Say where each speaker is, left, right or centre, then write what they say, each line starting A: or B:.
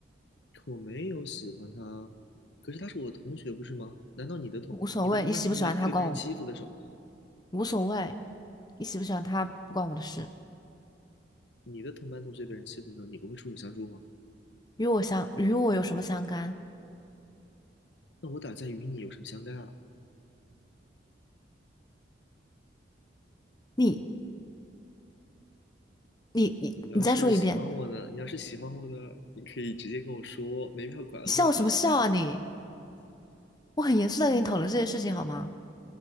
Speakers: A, on the left (about 70°); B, on the left (about 20°).
A: 我没有喜欢他，可是他是我的同学，不是吗？难道你的同你的同班同学被别人欺负的时候，
B: 无所谓。你喜不喜欢她关我无所谓，你喜不喜欢她不关我的事，
A: 你的同班同学被人欺负的时候，你不会出手相助吗？
B: 与我相与我有什么相干？
A: 那我打架与你有什么相干啊？
B: 你你你你再说一遍，
A: 你要是喜欢我的，你要是喜欢我的，你可以直接跟我说，没必要拐弯抹角的，
B: 你笑什么笑啊你？我很严肃在跟你讨论这件事情好吗？